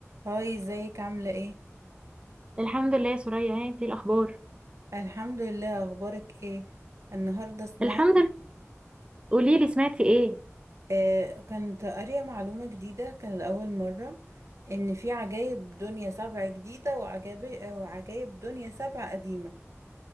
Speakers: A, on the right; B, on the right.
A: هاي ازيك عاملة ايه؟
B: الحمد لله يا سوريا ها انتي الاخبار
A: الحمد لله اخبارك ايه؟ النهاردة سمعت
B: الحمد لله قولي لي سمعتي ايه
A: آه كنت قارية معلومة جديدة كان لأول مرة ان في عجايب دنيا سبع جديدة وعجائب وعجايب دنيا سبع قديمة